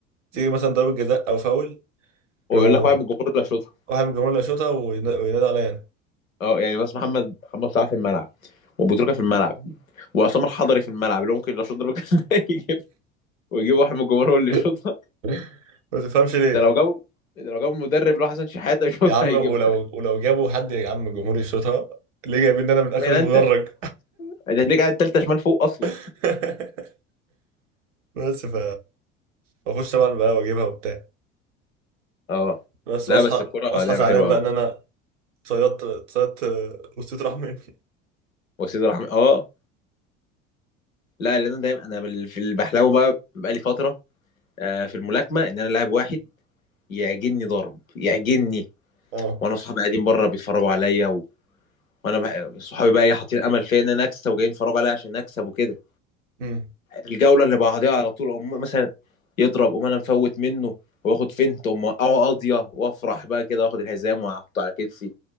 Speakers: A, on the right; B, on the left.
A: تيجي مثلا ضربه جزاء او فاول
B: ويقول
A: يروحوا
B: لك واحد من الجمهور اللي شاطها
A: واحد من الجمهور اللي يشوطها وين- وينادوا عليا
B: اه يعني بس محمد محمد صلاح في الملعب وبوتروكا في الملعب وعصام الحضري في الملعب اللي هو ممكن لو شاط ضربه جزاء <laughs> يجيب ويجيب واحد من الجمهور هو اللي يشوطها
A: انا <laughs> ما تفهمش ليه
B: ده لو جابوا ده لو جابوا المدرب اللي هو حسن شحاته يشوطها
A: يا عم
B: هيجيبها
A: ولو ولو جابوا حد يا عم الجمهور يشوطها ليه جايبين إن انا من
B: اشمعنى
A: اخر المدرج
B: انت انت هتلاقيك قاعد تالتة شمال فوق اصلا
A: <laughs> بس ف واخش بقى بقى واجيبها وبتاع
B: اه
A: بس
B: لا
A: واصحى
B: بس الكرة
A: واصحى
B: لعبة
A: زعلان
B: حلوة
A: بقى
B: قوي
A: ان انا صيدت صيدت وسطيت راح مني
B: وسيد رحمة اه لا لان انا دايما انا بال- في اللي بحلمه بقى بقالي فترة آه، في الملاكمة ان انا لاعب واحد يعجني ضرب يعجني
A: اه
B: وانا صحابي قاعدين بره بيتفرجوا عليا وانا بح... صحابي بقى ايه حاطين امل فيا ان انا اكسب وجايين يتفرجوا عليا عشان اكسب وكده
A: امم
B: الجوله اللي بعديها على طول أم مثلا يضرب أم انا مفوت منه واخد فنت أم اوقعه قاضيه وافرح بقى كده واخد الحزام واحطه على كتفي